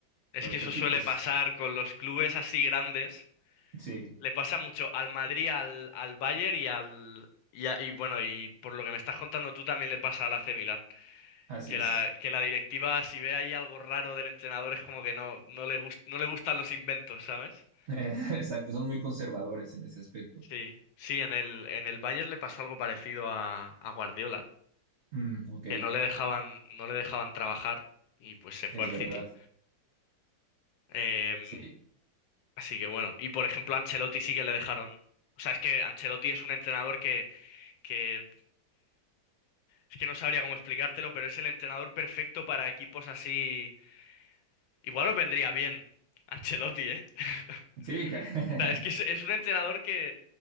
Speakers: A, on the left; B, on the right.
A: Es
B: pero
A: que eso
B: el
A: suele
B: tipo es,
A: pasar con los clubes así grandes.
B: sí,
A: Le pasa mucho al Madrid, al, al Bayern y al... Y, a- y bueno, y por lo que me estás contando tú también le pasa al AC Milan.
B: Así
A: Que
B: es.
A: la, que la directiva, si ve ahí algo raro del entrenador, es como que no, no le gust- no le gustan los inventos, ¿sabes?
B: <laughs> Exacto, son muy conservadores en ese aspecto.
A: Sí, sí, en el, en el Bayern le pasó algo parecido a, a Guardiola,
B: Mm, ok,
A: que no le dejaban, no le dejaban trabajar y pues se fue
B: es
A: al
B: verdad.
A: City. Em,
B: Sí,
A: así que bueno, y por ejemplo a Ancelotti sí que le dejaron. O sea, es que Ancelotti es un entrenador que, que Es que no sabría cómo explicártelo, pero es el entrenador perfecto para equipos así. Igual os vendría bien Ancelotti, ¿eh? <laughs>
B: sí, ca- <laughs>
A: O sea, es que es, es un entrenador que,